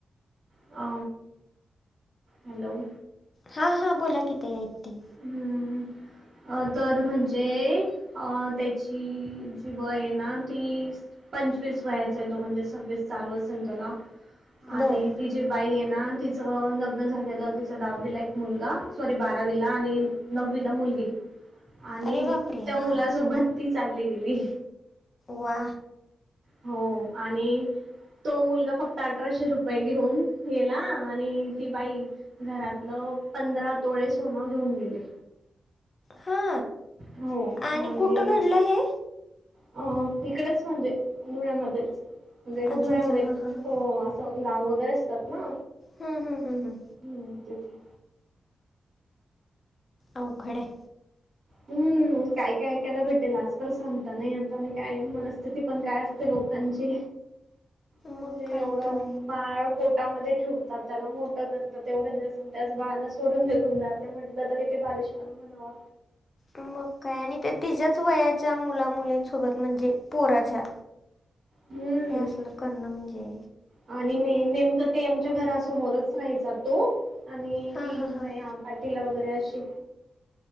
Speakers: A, on the right; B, on the left.
A: अ हॅलो
B: हा हा बोला कि ताई ऐकतीये.
A: हुं तर म्हणजे अ त्याची ती जी वय आहे ना ती पंचवीस वयाचा आहे तो म्हणजे सव्वीस चालू असेल त्याला आणि
B: बर
A: ति जी बाई आहे ना तिचं लग्न झालेलं तिचा दहावी ला एक मुलगा सॉरी बारावी वीला आणि नववी ला मुलगी आणि
B: अरे बापरे
A: त्या
B: हां
A: मुलासोबत ती चालली गेली.
B: वा
A: हो आणि तो मुलगा फक्त अठराशे रुपये घेऊन गेला आणि ती बाई घरातलं पंधरा तोळे सोनं घेऊन गेली.
B: हा
A: हो
B: आणि
A: म्हणजे
B: कुठं घडलं हे?
A: अ इकडेच म्हणजे धुळ्यामध्येच म्हणजे
B: अच्छा
A: धुळ्यामध्ये
B: अच्छा हां हां हां
A: तो असं गाव वगैरे असतात ना
B: हा हा हा हा
A: हम्म तेथे.
B: अवघड आहे.
A: हू काय काय ऐकायला भेटेल आजकाल सांगता नाही येत. आणि काय मनस्थिती पण काय असते लोकांची म्हणजे
B: मग काय
A: एवढं
B: तर
A: बाळ पोटामध्ये ठेवतात त्याला मोठं करतात तेवढं दिवस आणि त्याच बाळाला सोडून निघून जाते म्हटलं तरी तै बालिश पणा म्हणावा.
B: मग काय आणि ते तिच्याच वयाच्या मुला मुलींसोबत म्हणजे पोराच्या
A: हम्म
B: हे असलं करणं म्हणजे
A: आणि मी नेमकं ते आमच्या घरासमोरच राहायचा तो आणि
B: हां
A: ती
B: हां
A: थोडं
B: हां
A: या पाठीला वगैरे अशी